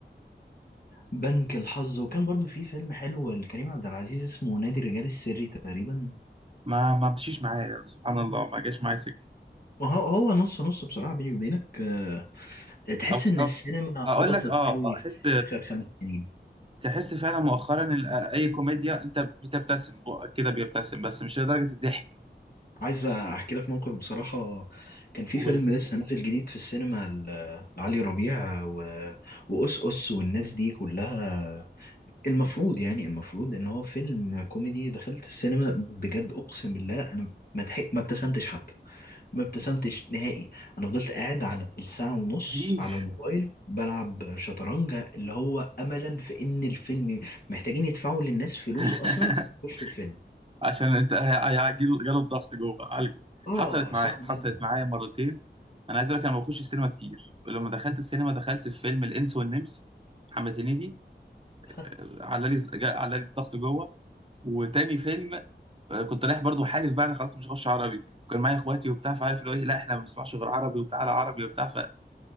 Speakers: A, on the left; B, on the right.
A: بنك الحظ وكان برضو في فيلم حلو لكريم عبد العزيز اسمه نادي الرجال السري تقريبا
B: ما ما مشيش معايا سبحان الله ما جاش معايا سكه
A: ما هو هو نص نص بصراحة بيني وبينك آه، تحس
B: أو أو-
A: إن السينما
B: اقول
A: هبطت
B: لك اه
A: قوي
B: احس
A: في آخر خمس سنين
B: تحس فعلا مؤخرا ال- اي كوميديا انت بتبتسم بقك كده بيبتسم بس مش لدرجه الضحك
A: عايز أحكي لك موقف بصراحة كان في
B: قولي
A: فيلم لسه نازل جديد في السينما ل- لعلي ربيع و... وأس أس والناس دي كلها المفروض يعني المفروض إن هو فيلم كوميدي دخلت السينما بجد أقسم بالله أنا ما ضحك- ما ابتسمتش حتى ما ابتسمتش نهائي انا فضلت قاعد على الساعة ونص
B: مفيش
A: على الموبايل بلعب شطرنج اللي هو املا في ان الفيلم محتاجين يدفعوا للناس فلوس
B: <laughs>
A: اصلا عشان يخشوا الفيلم
B: عشان انت هيجيله جاله الضغط جوه عالجه
A: اه
B: حصلت معايا
A: صعب
B: حصلت
A: جدا
B: معايا مرتين انا عايز اقول لك انا ما بخش السينما كتير ولما دخلت السينما دخلت في فيلم الانس والنمس محمد هنيدي
A: <laughs>
B: آه، على لي جا- على لي الضغط جوه وتاني فيلم آه، كنت رايح برضو حالف بقى انا خلاص مش هخش عربي كان معايا اخواتي وبتاع فعارف اللي هو إيه، لا احنا ما بنسمعش غير عربي وتعالى عربي وبتاع فكان